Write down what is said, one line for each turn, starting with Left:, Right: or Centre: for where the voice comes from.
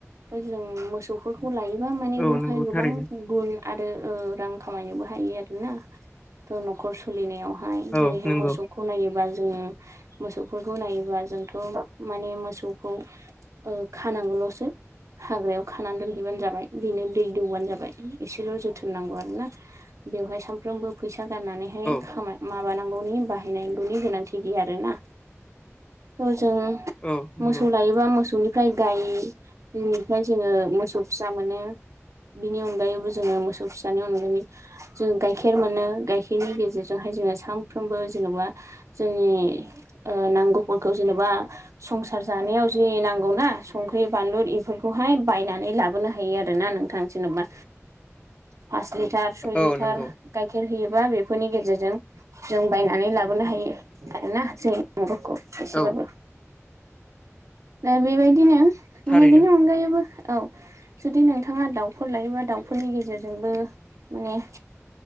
Right: जों मोसौफोरखौ लायोबा माने
Left: औ
Right: बेवहाय
Left: नंगौ
Right: गोबां
Left: थारैनो
Right: गुन आरो रां खामायनोबो हायो आरो ना न'खर सोलिनायावहाय जेरैहाय
Left: औ नंगौ
Right: मोसौ खौ नायोबा जोङो मोसौफोरखौ नायोबा जोंथ' माने मोसौखौ खानांगौल'सो हाग्रायाव खानानै दोनहैबानो जाबाय बेनो दै दौबानो जाबाय एसेल' जोथोन नांगौ आरोना बेवहाय सानफ्रोमबो फैसा गारनानैहाय
Left: औ
Right: खामाय माबानांगौनि बाहायनांगौनि गोनांथि गैया आरोना थ' जों
Left: औ नंगौ
Right: मोसौ लायो बा मोसौनिफ्राय गायनिफ्राय जोङो मोसौ फिसा मोनो बिनि अनगा अनगायैबो जोङो मोसौ फिसानि अनगायै जों गाइखेर मोनो गाइखेरनि गेजेरजोंहाय जोङो सानफ्रोमबो जेनेबा जोंनि नांगौफोरखौ जेनेबा संसार जानायाव जे नांगौना संख्रि बानलु इफोरखौहाय बायनानै लाबोनो हायो आरो ना नों थां जेनेबा पास लिटार सय
Left: औ
Right: लिटार
Left: नंगौ
Right: गाइखेर होयोबा बेफोरनि गेजेरजों जों बायनानै लाबोनो हायो आरोना जों नंगौखौ एसेबाबो
Left: औ
Right: <unintelligible> दा बेबायदिनो माने
Left: थारैनो
Right: बेनि अनगायैबो औ जुदि नोंथाङा दाउफोर लायोबा दाउफोरनि गेजेरजोंबो माने